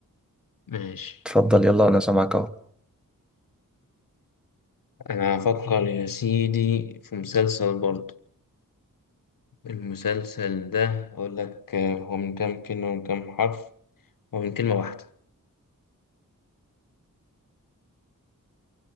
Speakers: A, on the left (about 80°); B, in the centre.
A: ماشي
B: اتفضل يلا أنا سامعك أهو
A: أنا هفكر يا سيدي في مسلسل برضه المسلسل ده أقول لك آه، هو من كام كلمة ومن كام حرف هو من كلمة واحدة